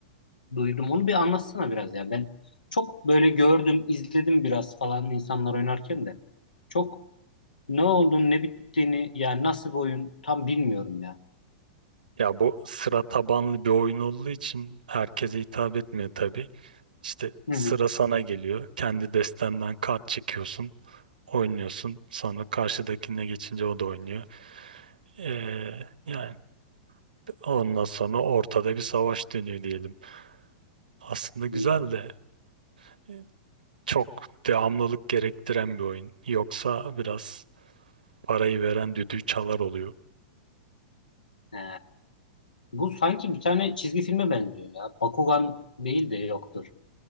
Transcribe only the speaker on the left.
duydum. Onu bir anlatsana biraz ya. Ben çok böyle gördüm, izledim biraz falan insanlar oynarken de. Çok ne olduğunu, ne bittiğini, yani nasıl bir oyun tam bilmiyorum ya.
Hı hı.
Hmm.
He. Bu sanki bir tane çizgi filme benziyor ya. Bakugan değil de yoktur.